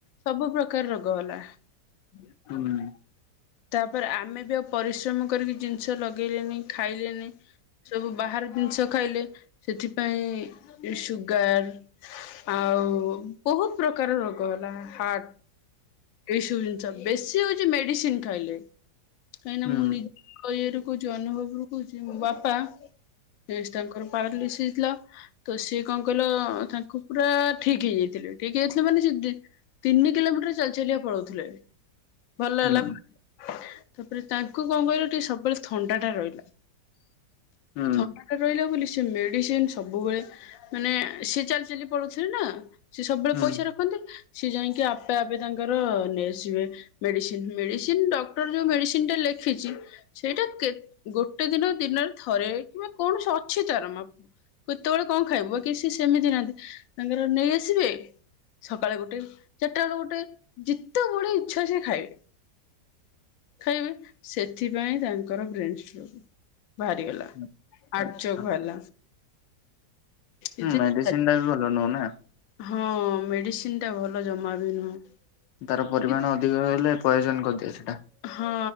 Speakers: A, on the left; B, on the left.
A: ସବୁ ପ୍ରକାର ରୋଗ ହେଲା।
B: ହୁଁ।
A: ତାପରେ ଆମେ ବି ଆଉ ପରିଶ୍ରମ କରିକି ଜିନିଷ ଲଗେଇଲେନି, ଖାଇଲେନି ସବୁ ବାହାର ଜିନିଷ ଖାଇଲେ ସେଥିପାଇଁ ସୁଗାର। ଆଉ ବହୁତ ପ୍ରକାର ରୋଗ ହେଲା ହାର୍ଟ। ଏସବୁ ଜିନିଷ ବେଶୀ ହଉଛି। ମେଡିସିନ ଖାଇଲେ କାହିଁକିନା
B: ହୁଁ
A: ମୁଁ କଏରୁ କହୁଛି ଅନୁଭବ ରୁ କହୁଛି ମୋ ବାପା <unintelligible> ତାଙ୍କର ପାାରାଲିଶି ହେଇଥିଲା। ତ ସିଏ କଣ କହିଲ ତାଙ୍କୁ ପୁରା ଠିକ୍ ହେଇଯାଇଥିଲେ ଠିକ୍ ହେଇଥିଲା ମାନେ ଯି ତିନି କିଲୋମିଟର ଚାଲି ଚାଲି ବା ପଳଉଥିଲେ ଭଲ
B: ହୁଁ
A: ହେଲା। ପରେ ତାପରେ ତାଙ୍କୁ କଣ କହିଲୁ ଟିକେ ସବୁବେଳେ ଥଣ୍ଡା ଟା ରହିଲା।
B: ହୁଁ
A: ଥଣ୍ଡା ରହିଲା ବୋଲି ସେ ମେଡିସିନ ସବୁବେଳେ ମାନେ ସିର ଚାଲି ଚାଲି ପଳଉଥିଲେ ନା। ସିଏ ସବୁବେଳେ
B: ହୁଁ
A: ପଇସା ରଖନ୍ତେ ସିଏ ଯାଇକି ଆପେ ଆପେ ତାଙ୍କର ନେଇ ଆସିବେ ମେଡିସିନ ମେଡିସିନ୍। ଜୀମିତ୍ ଡକ୍ଟର ଯୋଉ ମେଡ଼ିସିନ୍ ଟା ଲେଖିଛି। ସେଇଟା କେ ଗୋଟେ ଦିନ ଦିନରେ ଥରେ କିମ୍ବା କୌଣସି ଅଛି ତାରଣ। କେତେବେଳେ କଣ ଖାଇବ କି ସେ ସେମିତି ନାହାନ୍ତି ତାଙ୍କର ନେଇ ଆସିବେ ସକାଳେ ଗୋଟେ ଚାରଟା ବେଳେ ଗୋଟେ ଯେତେ ବେଳେ ଇଚ୍ଛା ସେ ଖାଇବେ। ଖାଇବେ ସେଥିପାଇଁ ତାଙ୍କର ବ୍ରେନ ଷ୍ଟୋକ ବାହାରିଗଲା।
B: ହୁଁ
A: ହାର୍ଟ
B: ଆଚ୍ଛା
A: ଚୋକ ବାହାରିଲା। ସେଥିରେ
B: ହୁଁ ମେଡିସିନ ଟା ବି ଭଲ ନୁହଁ ନା।
A: ହଁ ମେଡିସିନ ଟା ଭଲ ଜମା ବି ନୁହଁ।
B: ତାର ପରିମାଣ
A: କି-
B: ଅଧିକ ହେଲେ ପୟଜନ କରିଦିଏ ସେଇଟା।
A: ହଁ